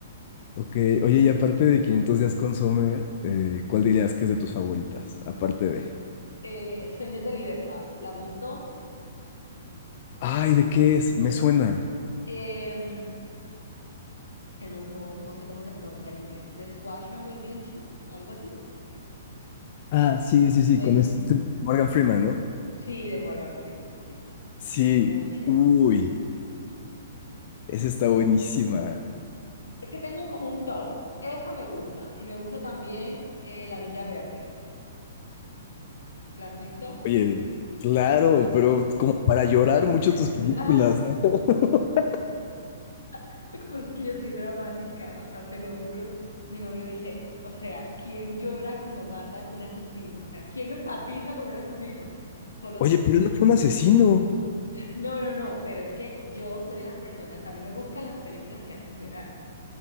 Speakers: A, on the left; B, on the left.
A: Ok, oye, y aparte de quinientos días con Sommer, eh, ¿cuál dirías que es de tus favoritas? Aparte de...
B: Eh, Sueños de Libertad, ¿la has visto?
A: Ay, ¿de qué es? Me suena.
B: Em, es que no, no, no sé cómo se pronuncia en inglés. The Shawshank Redemption, algo así.
A: Ah, sí, sí, sí,
B: Sue-
A: con este. Morgan Freeman, ¿no?
B: <laughs> sí, de Morgan Freeman, sí.
A: Sí.
B: es Muy chévere.
A: Uy, esa está buenísima.
B: Es que tengo un, como un top. Esa me gusta. Y me gusta también eh, La Milla Verde. ¿La has visto?
A: Oye, claro, pero como para llorar mucho tus películas,
B: Mm, Ah,
A: ¿no? <laughs>
B: <laughs> porque es que yo soy dramática, o sea, te lo juro. Mi novio dice, o sea, ¿quién llora cuando matan un asesino? O sea, ¿quién empatiza con un asesino? Solo
A: Oye,
B: tú.
A: pero no fue un asesino.
B: No, no, no, pero es que yo soy de las personas, a mí me gustan las películas que hacen llorar.